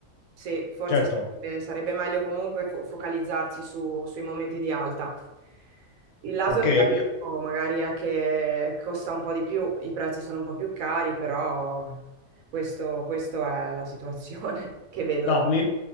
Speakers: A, on the right; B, on the left.
A: Sì, forse
B: Certo,
A: sarebbe, sarebbe meglio comunque fo- focalizzarsi su- sui momenti di alta. Il lato
B: ok,
A: negativo
B: io...
A: magari è che costa un po' di più, i prezzi sono un po' più cari, però questo, questo è la situazione <laughs> che vedo.
B: No, mi-